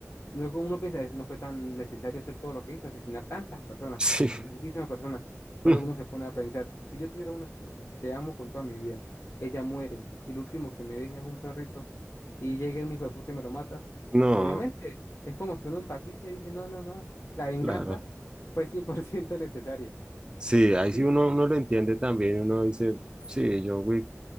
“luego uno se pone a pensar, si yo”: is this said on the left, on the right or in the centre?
Left